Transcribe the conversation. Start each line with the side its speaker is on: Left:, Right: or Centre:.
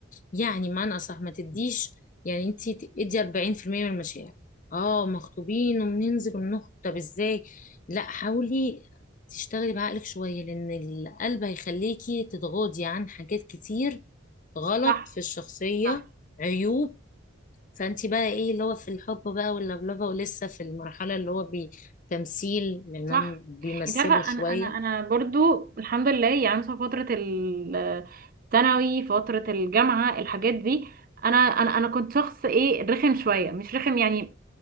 Left: يعني معنى اصح ما تديش يعني انت ادي 40% من المشاعر اه مخطوبين وبننزل وبنخطب طب ازاي لا حاولي تشتغلي بعقلك شويه لان القلب هيخليكي تتغاضي عن حاجات كتير غلط
Right: صح
Left: في الشخصية
Right: صح
Left: عيوب فانت بقى ايه اللي هو في الحب بقى واللبلبة ولسه في المرحلة اللي هو بتمثيل لانهم
Right: صح
Left: بيمثلوا
Right: انت عارفه
Left: شوية
Right: انا انا انا برضو الحمد لله يعني مثلا فتره الثانوي فتره الجامعه الحاجات دي انا انا انا كنت شخص ايه رخم شويه مش رخم يعني